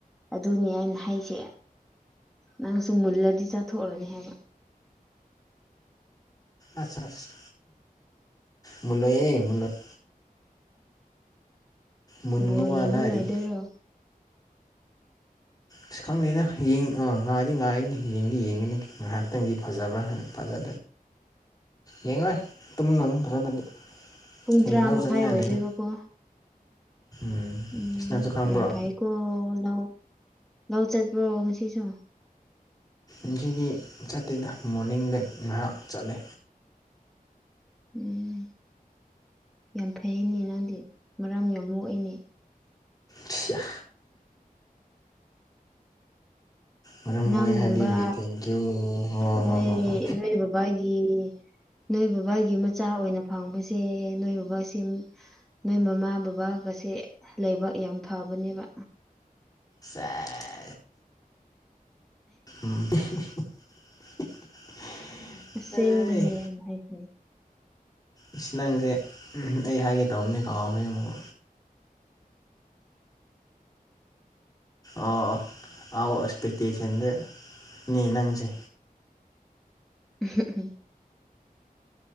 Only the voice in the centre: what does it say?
ꯑꯗꯨꯅꯦ ꯑꯩꯅ ꯍꯥꯏꯁꯦ ꯅꯪꯁꯨ ꯃꯨꯜꯂꯗꯤ ꯆꯥꯊꯣꯛꯎꯔꯅꯤ ꯍꯥꯏꯕ
ꯕꯣꯜ
ꯌꯦꯡꯕ
ꯉꯥꯏꯗꯣꯏꯔꯣ
ꯄꯨꯡ
ꯇꯔꯥ
ꯃꯈꯥꯏ
ꯑꯣꯏꯗꯣꯏꯕꯀꯣ
ꯎꯝ
ꯌꯥꯝ ꯐꯩꯀꯣ ꯂꯧ ꯂꯧꯆꯠꯄ꯭ꯔꯣ ꯉꯁꯤꯁꯨ
ꯎꯝ ꯌꯥꯝ ꯐꯩꯅꯦ ꯅꯪꯗꯤ ꯃꯔꯥꯝ ꯌꯥꯝ ꯃꯣꯛꯏꯅꯦ
ꯅꯪꯒꯨꯝꯕ
ꯅꯣꯏ
ꯅꯣꯏ ꯕꯕꯥꯒꯤ ꯅꯣꯏ ꯕꯕꯥꯒꯤ ꯃꯆꯥ ꯑꯣꯏꯅ ꯐꯪꯕꯁꯦ ꯅꯣꯏ ꯕꯕꯥꯁꯦ ꯅꯣꯏ ꯃꯃꯥ ꯕꯕꯥꯒꯁꯦ ꯂꯩꯥꯏꯕꯛ ꯌꯥꯝ ꯐꯕꯅꯦꯕ
ꯑꯁꯦꯡꯕꯅꯦ
ꯍꯥꯏꯁ
ꯍꯨ ꯍꯨ